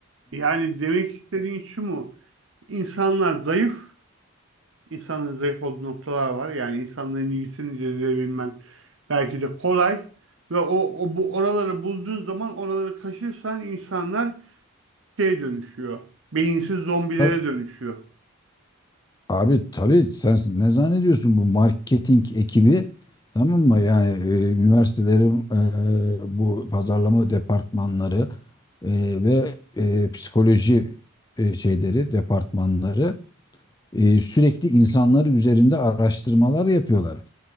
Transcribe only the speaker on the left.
he.
Abi tabii sen ne zannediyorsun bu marketing ekibi tamam mı? Yani e, üniversitelerin e, bu pazarlama departmanları e, ve e, psikoloji e, şeyleri departmanları e, sürekli insanlar üzerinde araştırmalar yapıyorlar.